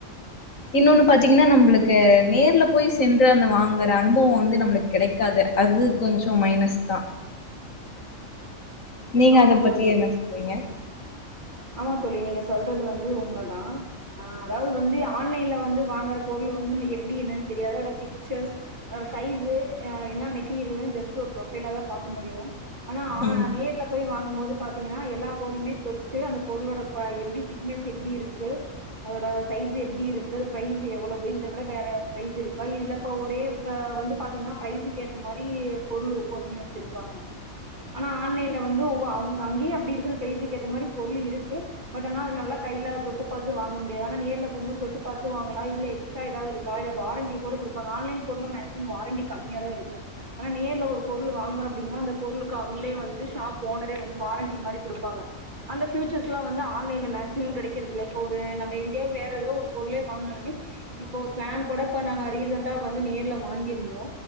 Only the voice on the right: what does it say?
ஆமா
தோழி
ஆமா தோழி நீங்க சொல்றது வந்து உண்மதா ஆ அதாவுது வந்து ஆன்லைன்ல வந்து வாங்கற பொரு ளு வந்து நம்ம எப்டி என்னனு தெரியாத பிக்சர்ஸு ம் சைஸ்ஸு ம் என்ன மெட்டீரியல்னு ஜஸ் டு ஒரு ப்ரோபை எல்லா பாக்க முடியு ஆனா
நேரில போய் வாங்கமோது பாத்தீங்கன்னா எல்லா பொருள்மே தொ ட்டு அந்த பொருளோட குவா எப்டி திக்னஸ் எப்டிருக்கு அதோட சைஸ் எப்டி இருக்கு ப்ரைஸ் எவ்வளவு இத விட வேற ப்ரைஸ் இருக்கா இல்ல இப்ப ஒரே இப்ப வந்து பாத்தீங்னா ப்ரைஸுக்கேத்த மாரி பொருள் ஒன்னு வெச்சிருப்பாங்க ஆனா ஆன்லைன்ல வந்து உ அவுங் அங்கயு அப்டி இருக்குது ப்ரைஸ்க்கேத்த மாரி பொருள் இருக்கு பட் ஆனா நல்லா கைல தொட்டு பாத்து வாங்க முடியாது ஆனா நேர்ல போம்போது தொட்டு பாத்து வாங்கலா இல்ல எக்ஸ்ட்ரா எதாவ்து இருக்கா இல்ல வாரண்டி கூட குடுப்பாங்க ஆன்லைன் பொருளுங்க ஆக்சுலி வாரண்டி கம்மியா தா இருக்கு ஆனா நேர்ல ஒரு பொருளு வாங்கறோ அப்டின்னா அந்த பொருளுக்கு அவங்ளே வந்து ஷாப் ஓனரே வந்து வாரண்டி மாரி குடுப்பாங்க அந்த ஃபியூச்சர்ஸ்லா வந்து ஆன்லைன்ல மேக்ஸிமம் கெடைக்கறதில்ல இப்போ ஒரு நம்ம எங்யோ வேற எதோ ஒரு பொருளே வாங்னாலுமே இப்போ ஒரு ஃபேன் கூட இப்ப நாங்க ரீசண்டா வந்து நேர்ல வாங்கிர்ந்தோ